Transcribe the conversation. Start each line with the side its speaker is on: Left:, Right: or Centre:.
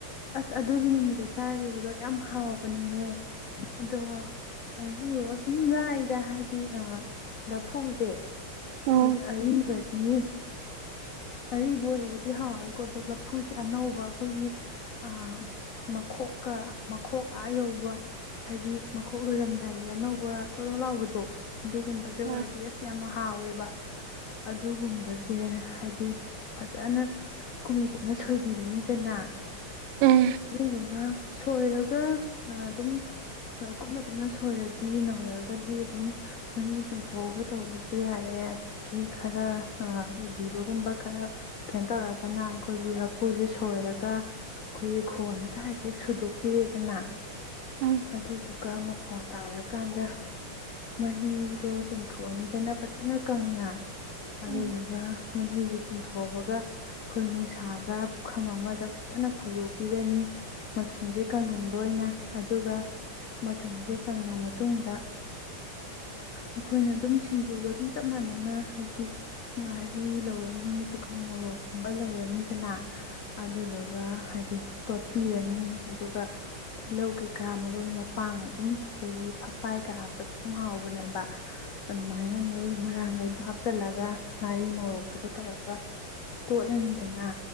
Left: ꯑꯁ ꯑꯗꯨꯒꯤ ꯅꯨꯃꯤꯠꯇ ꯆꯥꯒꯤꯕꯗꯣ ꯌꯥꯝ ꯍꯥꯎꯕꯅꯤꯍꯦ ꯑꯗꯣ ꯑꯁ ꯑꯗꯨ ꯁꯨꯝ ꯌꯥ ꯑꯩꯗ ꯍꯥꯏꯗꯤ ꯑ ꯂꯐꯨꯁꯦ
Right: ꯎꯝ
Left: ꯍꯣꯏ ꯑꯔꯤꯕꯗꯤ ꯑꯔꯤꯕ ꯑꯣꯏꯔꯒꯗꯤ ꯍꯥꯎꯔꯒ ꯀꯣꯗꯣ ꯂꯐꯨꯁꯦ ꯑꯅꯧꯕ ꯑꯩꯈꯣꯏꯒꯤ ꯑ ꯃꯈꯣꯛꯀ ꯃꯈꯣꯛ ꯑꯥ ꯌꯧꯕ ꯍꯥꯏꯗꯤ ꯃꯈꯣꯛ ꯂꯣꯏꯔꯝꯗꯥꯏꯒꯤ ꯑꯅꯧꯕ ꯊꯣꯠ ꯊꯣꯠ ꯂꯥꯎꯕꯗꯣ ꯑꯗꯨꯒꯨꯝꯕꯁꯦ ꯑꯣꯏꯔꯗꯤ
Right: ꯎꯝ
Left: ꯑꯁ ꯌꯥꯝ ꯍꯥꯎꯋꯦꯕ ꯑꯗꯨꯒꯨꯝꯕꯁꯦ ꯍꯥꯏꯗꯤ ꯐꯖꯅ ꯀꯨꯞꯅ ꯀꯨꯞꯅ ꯁꯣꯏꯕꯤꯔꯅꯤꯗꯅ
Right: ꯎꯝ
Left: ꯑꯗꯨꯗꯨꯒ ꯁꯣꯏꯔꯒ ꯑꯗꯨꯝ ꯀꯨꯞꯅ ꯀꯨꯞꯅ ꯁꯣꯏꯔꯗꯤ ꯅꯧꯔꯒꯗꯤ ꯑꯗꯨꯝ ꯃꯍꯤ ꯆꯨꯝꯊꯣꯛꯑꯒ ꯇꯧꯕꯁꯨ ꯌꯥꯔꯦ ꯑꯗꯒꯤ ꯈꯔ ꯂꯤꯕꯒꯨꯝꯕ ꯈꯔ ꯀꯩꯅꯣ ꯇꯧꯔꯒ ꯒꯅ ꯑꯩꯈꯣꯏꯒꯤ ꯂꯥꯐꯨꯁꯦ ꯁꯣꯏꯔꯒ ꯑꯩꯈꯣꯏꯒꯤ ꯈꯣꯟꯁꯤꯗ ꯍꯥꯏꯐꯦꯠ ꯁꯨꯗꯣꯛꯄꯤꯔꯦꯗꯅ
Right: ꯎꯝ ꯎꯝ
Left: ꯑꯗꯨꯗꯨꯒ ꯃꯐꯣꯟ ꯇꯥꯔꯀꯥꯟꯗ ꯃꯍꯤꯗꯣ ꯆꯨꯝꯊꯣꯛꯑꯅꯤꯗꯅ ꯐꯖꯅ ꯀꯪꯅ ꯑꯗꯨꯗꯨꯒ
Right: ꯎꯝ
Left: ꯃꯍꯤꯗꯨ ꯁꯨꯝꯊꯑꯕꯒ ꯑꯩꯈꯣꯏ ꯅꯨꯡꯁꯥꯗ ꯄꯨꯈꯝ ꯑꯃꯗ ꯐꯖꯅ ꯐꯨꯗꯣꯛꯄꯤꯔꯅꯤ ꯃꯆꯨꯝꯁꯦ ꯀꯪꯍꯟꯕ ꯑꯣꯏꯅ ꯑꯗꯨꯒ ꯃꯆꯨꯝꯁꯦ ꯀꯪꯉ ꯃꯇꯨꯡꯗ ꯑꯩꯈꯣꯏꯅ ꯑꯗꯨꯝ ꯁꯤꯡꯖꯨꯒ ꯑꯗꯨꯝ ꯆꯞ ꯃꯥꯟꯅꯅ ꯍꯥꯏꯗꯤ ꯉꯥꯔꯤ ꯂꯧꯔꯅꯤ ꯑꯗꯨꯒ ꯃꯣꯔꯣꯛ ꯀꯨꯨꯝꯕ ꯂꯧꯔꯅꯤꯗꯅ ꯑ ꯇꯣꯠꯂꯅꯤꯗꯅ